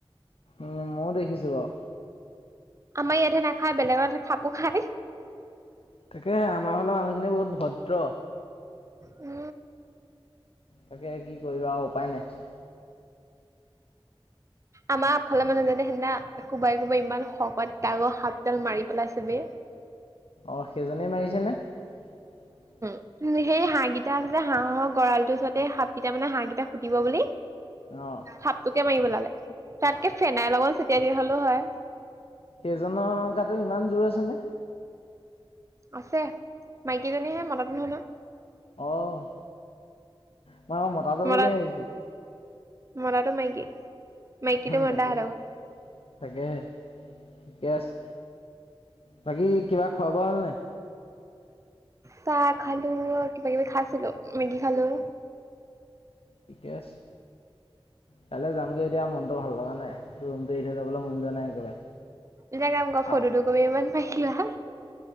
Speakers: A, on the left; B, on the right.
A: উম, ময়ো দেখিছো বাৰু।
B: আমাৰ ইয়াতহে নাখায়, বেলেগত সাপো খাই।
A: তাকে আমাৰ ফালৰ মানুহখিনি বহুত ভদ্ৰ।
B: উম।
A: তাকে কি কৰিবা আৰু উপায় নাই।
B: আমাৰ আগফাল মানুহজনে সেইদিনা কোবাই কোবাই ইমান শকত ডাঙৰ সাপডাল মাৰি পেলাইছে বে।
A: অ', সেইজনেই মাৰিছেনে? <unintelligible>
B: উম, সেই হাঁহকিটা আছে যে হাঁহৰ গঁৰালটোৰ ওচৰতে সাপকিটাই মানে হাঁহ কিটাক খুটিব বুলি।
A: অ'।
B: সাপটোকে মাৰি পেলালে। তাতকে ফেনাইল অকন ছিটিয়াই দিয়া হলেও হয়।
A: সেইজনৰ গাতো ইমান জোৰ আছে নে?
B: আছে, মাইকীজনীহে মতাটো নহয় ন।
A: অ', মই আকৌ মতাটো
B: মতা
A: বুলি ভাবিছিলোঁ।
B: মতাটো মাইকী। মাইকীটো
A: <unintelligible>
B: মতা
A: তাকে।
B: সিহঁতৰ ঘৰত
A: তাকেহে, ঠিকে আছে। বাকী কিবা খোৱা বোৱা হ'ল নাই?
B: চাহ খালোঁ, কিবা কিবি খাইছিলোঁ মেগি খালোঁ।
A: ঠিকে আছে, কাইলে যামগে এতিয়া মনটো ভাল লগা নাই। ৰূমটো এৰিথৈ যাবলে মন যোৱা নাই একেবাৰে।
B: এটা কাম কৰা, ফটো
A: আহ
B: দুকপি মান মাৰি লোৱা।